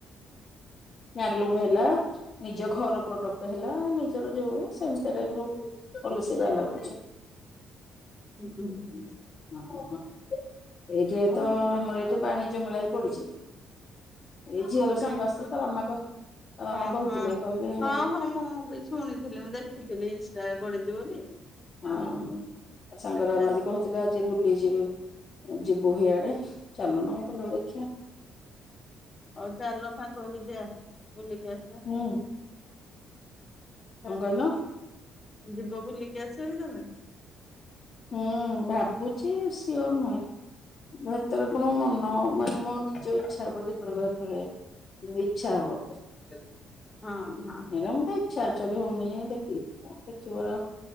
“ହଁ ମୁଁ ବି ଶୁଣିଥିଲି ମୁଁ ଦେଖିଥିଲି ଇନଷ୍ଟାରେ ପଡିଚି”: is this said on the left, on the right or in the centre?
Left